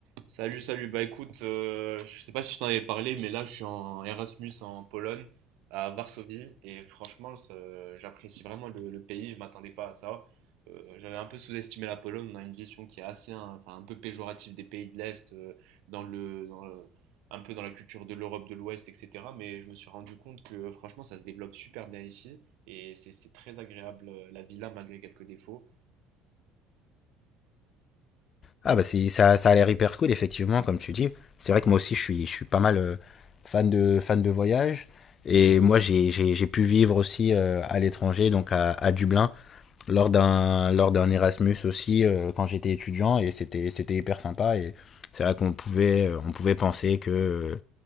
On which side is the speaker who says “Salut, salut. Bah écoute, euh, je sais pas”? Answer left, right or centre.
Right